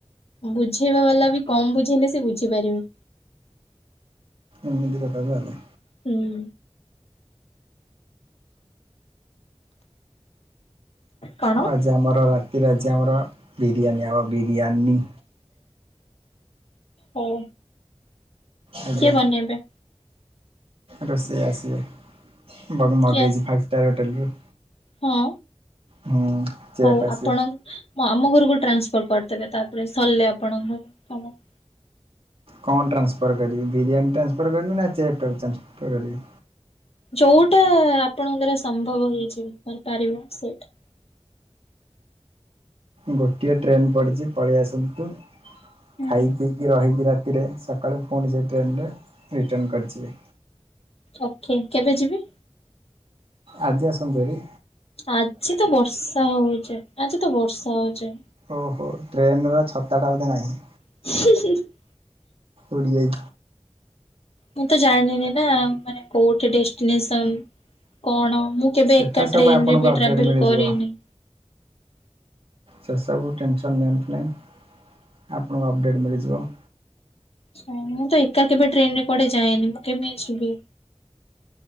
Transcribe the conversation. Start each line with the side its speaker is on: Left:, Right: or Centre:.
Left: ବୁଝେଇବା ବାଲା ବି କମ ବୁଝେଇଲେ ସେ ବୁଝିପାରିବେ।
Right: ଏମିତି କଥା ତାହେଲେ।
Left: ହୁଁ। କଣ
Right: ଆଉ ଆମର ରାତିରେ ଆଜି ଆମର ବିରିୟାନୀ ଅବ ବିରିୟାନୀ।
Left: ହଉ।
Right: ଆଜ୍ଞା।
Left: କିଏ ବନେଇବେ?
Right: ରୋଷେଇ ଆସିବେ ବଗ ମଗାଇଛି
Left: କିଏ ଆସ
Right: ଫାଇଭ୍ ଷ୍ଟାର୍ ହୋଟେଲରୁ।
Left: ହଁ।
Right: ହୁଁ ଚେପ୍
Left: ହଉ
Right: ଆସିବେ।
Left: ଆପଣ ମୁଁ ଆମ ଘରକୁ ଟ୍ରାନ୍ସଫର୍ କରିଦେବେ ତାପରେ ସରିଲେ ଆପଣଙ୍କ କାମ।
Right: କଣ ଟ୍ରାନ୍ସଫର୍ କରିବି ବିରିୟାନୀ ଟ୍ରାନ୍ସଫର୍ କରିବି ନା ଚେପ ନ୍ସପର୍ କରିବି?
Left: ଯୋଉଟା ଆପଣଙ୍କ ଦ୍ୟାର ସମ୍ଭବ ହେଇଯିବ କରିପାରିବ ସେଇଟା।
Right: ଗୋଟିଏ ଟ୍ରେନ୍ ପଡ଼ିଛି ପଳେଇ ଆସନ୍ତୁ
Left: ହୁଁ
Right: ଖାଇ ପିଇକି ରହିକି ରା କିରେ ସକାଳେ ପୁଣି ସେଇ ଟ୍ରେନରେ ରିଟନ୍ କରଜିବେ।
Left: ଓକେ କେବେ ଯିବି?
Right: ଆଜି ଆସନ୍ତୁ ଦୁରି।
Left: ଆଜି ତ ବର୍ଷା ହଉଚି ଆଜି ତ ବର୍ଷା ହଉଚି।
Right: ଓହୋ ଟ୍ରେନ୍ ଛତାଟା ବୋଧେ ନାହିଁ।
Left: <inaudible>
Right: ଓଡ଼ି ଆଇ।
Left: ମୁଁ ତ ଜାଣିନିନା ମାନେ କୋଉଠି ଡେଷ୍ଟିନେସନ୍? କଣ ମୁଁ କେବେ
Right: ସେଟା
Left: ଏକା
Right: ସବୁ
Left: ଟ୍ରେନ୍
Right: ଆପଣଙ୍କୁ
Left: ରେ ବି
Right: ଅପଡ଼େଟ୍
Left: ଟ୍ରାଭେଲ୍
Right: ମିଳିଯିବ
Left: କରିନି।
Right: ସେସବୁ ଟେନସନ୍ ନିଅନ୍ତୁ ନାହିଁ, ଆପଣଙ୍କୁ ଅପଡ଼େଟ୍ ମିଳିଯିବ।
Left: ଆଚ୍ଛା ମୁଁ ତ ଏକା କେବେ ଟ୍ରେନରେ କୁଆଡେ ଯାଇନି ମୁଁ କେମିତି ଯିବି?